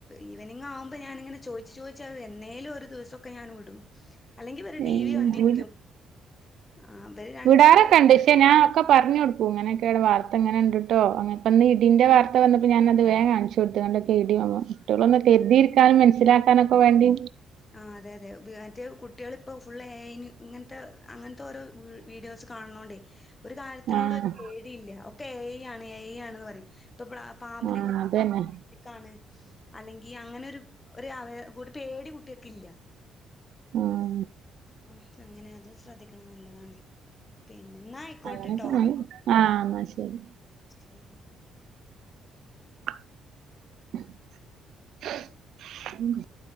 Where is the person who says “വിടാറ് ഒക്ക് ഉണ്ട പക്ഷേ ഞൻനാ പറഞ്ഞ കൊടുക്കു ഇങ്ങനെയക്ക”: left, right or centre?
Right